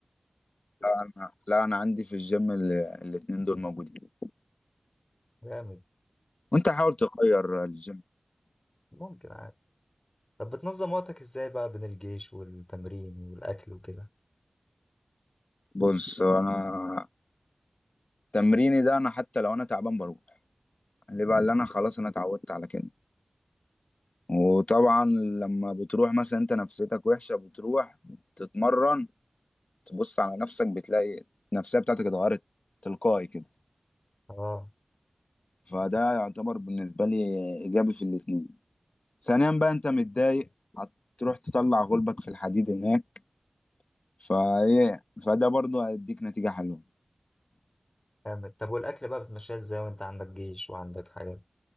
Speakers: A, on the left (about 55°); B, on the left (about 30°).
A: لا أنا لا أنا عندي في الجيم ال- الاتنين دول موجودين
B: جامد
A: وأنت حاول تغير الجيم
B: وممكن عادي طب بتنظم وقتك ازاي بقى بين الجيش والتمرين والاكل وكده
A: بص أنا تمريني ده أنا حتى لو أنا تعبان بروح اللي بقى اللي أنا خلاص أنا اتعودت على كده وطبعا لما بتروح مثلا أنت نفسيتك وحشة بتروح تتمرن تبص على نفسك بتلاقي النفسية بتاعتك اتغيرت تلقائي كده
B: اه
A: فده يعتبر بالنسبة لي إيجابي في الاتنين ثانيا بقى أنت متضايق هتروح تطلع غلبك في الحديد هناك فإيه فده برضه هيديك نتيجة حلوة
B: جامد طب والاكل بقى بتمشيها ازاي وانت عندك جيش وعندك حاجات